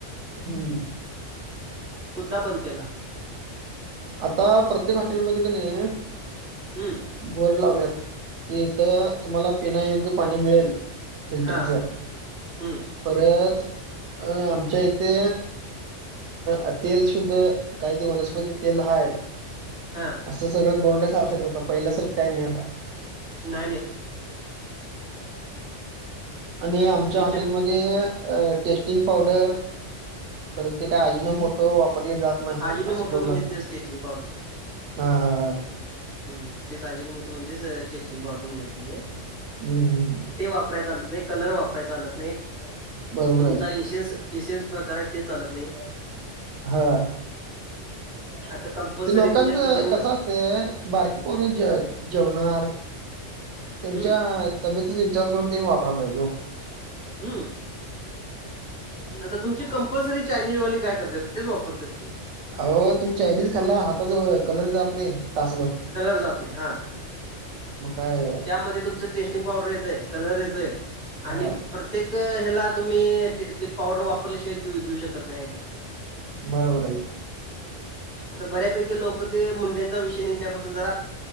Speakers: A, on the right; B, in the centre.
A: हम्म
B: कुद्दा बंद केला.
A: आता प्रत्येक हॉटेलमध्ये की नाही.
B: हम्म.
A: बोर्ड लावल्यात कि इथं तुम्हाला पिण्यायोग्य पाणी मिळेल. फिल्टरच
B: हां, हं,
A: परत. अ आमच्या इथे अ तेल सुुद्धा काय ते वनस्पती. तेल हाय.
B: हा.
A: असं सगळं बोर्ड लावल्यात आता पहिल्यासारं काही नाही आता.
B: नाय नाय.
A: आणि आमच्या
B: किचन
A: हॉटेलमध्ये. ते टेस्टिंग पावडर परत ते काय अजीनो मोटो वापरले जात. नाही
B: अजिनोमोटो
A: असं बोर्ड
B: म्हणजे
A: लावलाय
B: तेच टेस्टिंग पावडर.
A: हा हा.
B: हम तेच अजीनो मोटो म्हणजेच टेस्टिंग पावडर म्हणायचं ते.
A: हम् हम ह.
B: ते वापराय चालत नाही, कलर वापरायचा चालत नाही
A: बरोबर
B: तुमचा
A: आहे की.
B: एसेएन्स. एसेएन्स प्रकार आहेत ते चालत नाही.
A: हा.
B: आता कंपल्सरी
A: ते लोकांचं
B: तुमच्या किचन
A: कसं
B: म
A: असतय बारकी पोर ज जेवणार त्यांच्या
B: हं,
A: तब्येतीचा विचार करून त्यांनी वापराय पायजेत ओ
B: हू आता तुमची कंपल्सरी चायनीज वाली काय करत्यात तेच वापरत्यात की
A: अहो तुम्ही चायनीज खाल्ला हाताच कलर जात नाही तासभर <inaudible>
B: कलर जात नाही हां
A: मग काय
B: त्यामध्ये तुमचं टेस्टिंग पावडर येतय कलर येतय
A: हा
B: आणि प्रत्येक ह्याला तुम्ही तीड ती पावडर वापरल्याशिवाय देऊ देऊ शकत नाही आयटम
A: बरोबर आहे
B: आता बऱ्यापैकी लोक ते मुंडेंचा विषय निघल्यापासून जरा